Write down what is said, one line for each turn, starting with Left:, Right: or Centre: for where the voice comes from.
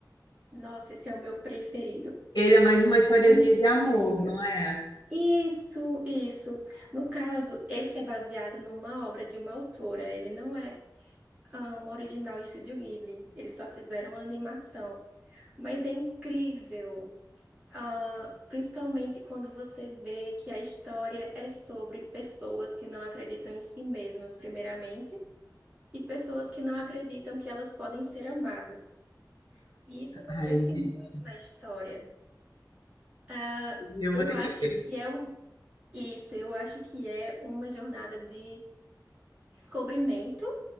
Right: Nossa, esse é o meu preferido.
Left: Ele é mais uma historiazinha
Right: Incrível.
Left: de amor, não é?
Right: Isso, isso. No caso, esse é baseado numa obra de uma autora. Ele não é ah, um original Estúdio Ghibli. Eles só fizeram a animação. Mas é incrível, ah, principalmente quando você vê que a história é sobre pessoas que não acreditam em si mesmas, primeiramente, e pessoas que não acreditam que elas podem ser amadas. E isso acontece
Left: Ai, gente,
Right: muito na história. Ah,
Left: eu
Right: Eu
Left: vou ter
Right: acho
Left: que ver.
Right: que é um, isso, eu acho que é uma jornada de descobrimento